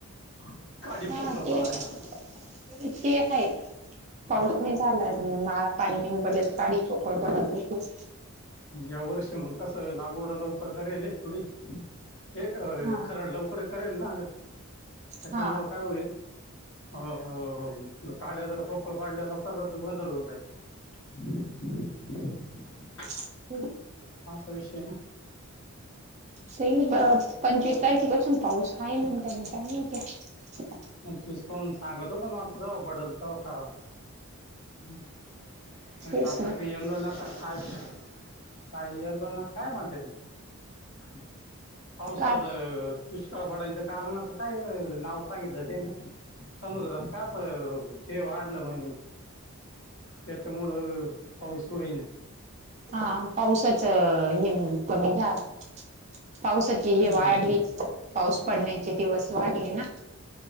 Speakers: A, on the left (about 60°); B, on the right (about 30°).
A: <unintelligible>
B: हा
A: पोकळ
B: <unintelligible>
A: पाडायला
B: ते आहे पाऊस
A: आत
B: नाही झाला
A: हम्म
B: न पाणी पडलं तर काडी पकड बनलं <unintelligible>
A: या वर्षी मग कसं लागवडाला उकरकारयले एढ हे अ
B: हा
A: खर लवकर करेल ना अच्छा
B: हा
A: मुळ काय होईल <unintelligible> <inaudible>
B: <unintelligible>
A: असा विषय आहे ना
B: ते पंचवीस तारखे पासून <unintelligible> पाऊस आहे म्हण त्यांन टाइम <unintelligible>
A: आणि चूज पून सांगतो पण आता जाव पडल का खरा <unintelligible> म्म नाय
B: तेच
A: आता
B: ना
A: पिलो ना तर खाय <unintelligible> पाय आलो ना काय म्हणत्यात <unintelligible> पावसाचा
B: काय
A: दुष्काळ पडायचं कारणच काय नाव सांगित ते ना समुद्रात काच ते वाढलं म्हणे त्याच्यामुळं पाऊसई व्हईना.
B: हा पावसाच हे कमी झा पावसाची
A: हम्म
B: हे वाढली पाऊस पडण्याचे दिवस वाढले ना